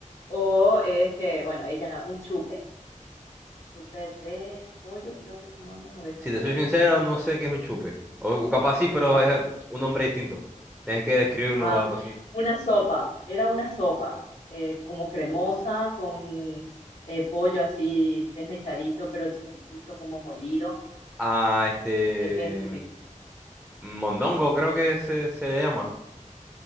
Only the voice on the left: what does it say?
o es que, bueno, ella, na- un chupe. Un chupe de pollo, creo que tomamos, o de
camarón
Ah,
Ah,
una sopa, era una sopa, eh, como cremosa, con eh, pollo así desmechadito, pero chiquitito, como molido.
No sé si es típico.